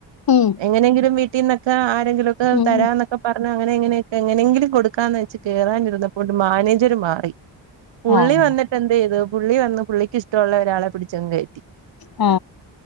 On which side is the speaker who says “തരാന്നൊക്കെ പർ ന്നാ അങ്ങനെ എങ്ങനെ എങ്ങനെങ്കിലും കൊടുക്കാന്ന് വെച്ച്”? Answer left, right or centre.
Right